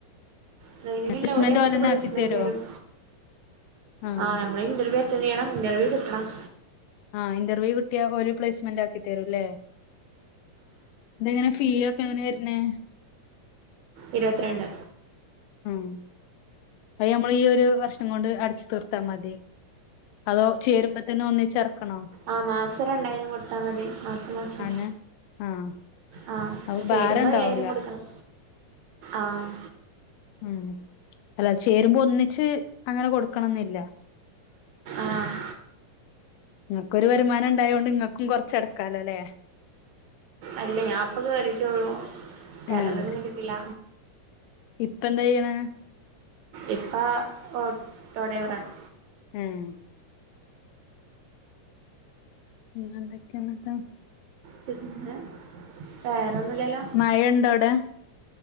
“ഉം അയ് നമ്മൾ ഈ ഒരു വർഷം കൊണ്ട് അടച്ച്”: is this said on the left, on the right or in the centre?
Left